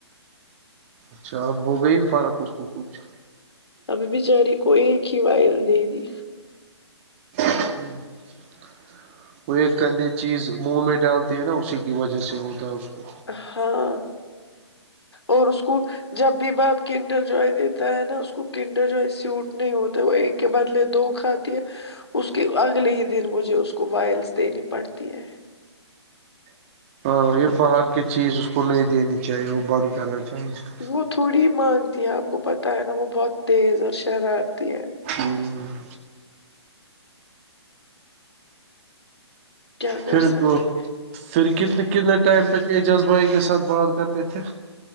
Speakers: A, on the right; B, on the left.
A: اچھا اب ہو گئی فرق اس کو کچھ
B: ابھی بچاریے کو ایک ہی وائل دے دی
A: ہ <inaudible> وہ ایک گندے چیز منہ میں ڈالتی ہے نا اسی کی وجہ سے ہوتا ہے اس کو
B: ہاں اور اس کو جب بھی بب کن کنڑر جوئے دیتا ہے نا اس کو کنڈر جوئے سیوٹ نہیں ہوتا ہے وہ ایک کے بدلے دو کھاتی ہے اس کے اگلے ہی دن مجھے اس کو وائلس دینی پڑتی ہے
A: ہاں یہ باہر کی چیز اس کو نہیں دینی چاہیے وہ بند کرنا چاہیے اس کو
B: وہ تھوڑی مانتی ہے آپ کو پتہ ہے نا وہ بہت تیز اور شرارتی ہے
A: ہوں <unintelligible>
B: کیا کر
A: پھر
B: سکتے
A: پھر کتنے کتنے ٹائم تک اعجاز بھائی کے ساتھ بات کرتے تھے